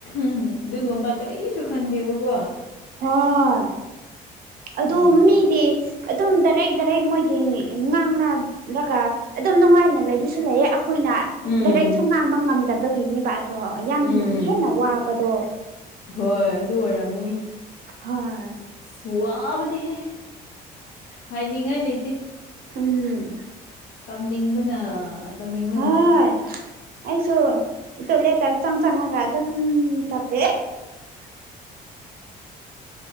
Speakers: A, on the left (about 80°); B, on the right (about 60°).
A: ꯎꯝ ꯑꯗꯨꯒꯨꯝꯕ
B: ꯎꯝ
A: ꯀꯔꯤ ꯁꯨ ꯈꯪꯗꯦꯕꯀꯣ
B: ꯍꯣꯏ ꯑꯗꯨ
A: ꯎꯝ
B: ꯃꯤꯗꯤ ꯑꯗꯨꯝ ꯗꯥꯏꯔꯦꯛ ꯗꯥꯏꯔꯦꯛ ꯃꯣꯏꯗꯤ ꯉꯥꯡꯅꯔꯒ ꯑꯗꯨꯝ ꯅꯨꯡꯉꯥꯏꯅ ꯂꯩꯕꯁꯨ ꯂꯩꯌꯦ ꯑꯩꯈꯣꯏꯅ
A: ꯎꯝ
B: ꯗꯥꯏꯔꯦꯛ ꯁꯨꯡ ꯉꯥꯡꯕ ꯉꯝꯗꯕꯒꯤꯅꯦꯕ ꯑꯗꯣ ꯌꯥꯝ
A: ꯎꯝ
B: ꯍꯦꯟꯅ ꯋꯥꯕꯗꯣ
A: ꯍꯣꯏ ꯑꯗꯨ ꯑꯣꯏꯔꯝꯒꯅꯤ
B: ꯍꯣꯏ
A: ꯑꯁ ꯋꯥꯕꯅꯦꯍ ꯍꯥꯏꯅꯤꯡꯉꯥꯏ ꯂꯩꯇꯦ
B: ꯍꯝ
A: ꯀꯥꯞꯅꯤꯡꯕꯅ ꯀꯥꯞꯅꯤꯡꯕꯅ
B: ꯍꯣꯏ ꯑꯩꯁꯨ ꯇꯣꯏꯂꯦꯠꯇ ꯆꯪ ꯆꯪꯉꯒ ꯑꯗꯨꯝ ꯀꯞꯄꯦ